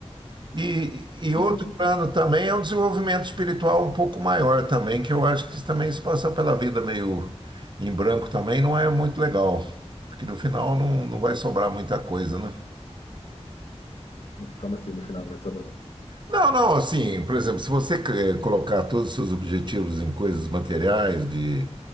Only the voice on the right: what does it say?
E, e
outro plano também é um desenvolvimento espiritual um pouco maior também, que eu acho que também se passar pela vida meio em branco também não é muito legal, porque no final não, não vai sobrar muita coisa, né?
Não, não, assim, por exemplo, se você eh, colocar todos os seus objetivos em coisas materiais, de,